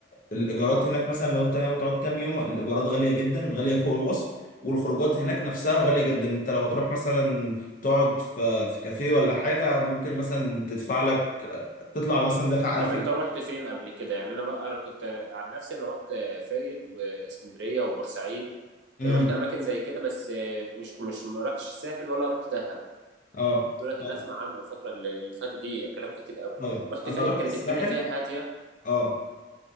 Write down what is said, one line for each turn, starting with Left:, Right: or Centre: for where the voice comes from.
Left: الايجارات هناك مثلا لو انت ناوي تقعد كام يوم الايجارات غاليه جدا غاليه فوق الوصف والخروجات هناك نفسها غاليه جدا انت لو تروح مثلا تقعد في في كافيه ولا حاجه ممكن مثلا تدفع لك تطلع مثلا دافع
Right: طب
Left: 1000
Right: انت
Left: جنيه
Right: رحت فين قبل كده يعني انا بقى انا كنت عن نفسي انا رحت فايد واسكندريه وبورسعيد
Left: امم
Right: رحت اماكن زي كده بس مش مش ما رحتش الساحل ولا رحت دهب
Left: اه
Right: دولت
Left: طيب
Right: اللي اسمع عنهم الفتره اللي اللي فاتت دي كلام كتير قوي
Left: طيب
Right: رحت
Left: انا
Right: فايد
Left: رحت
Right: كانت
Left: الساحل
Right: الدنيا فيها هاديه
Left: اه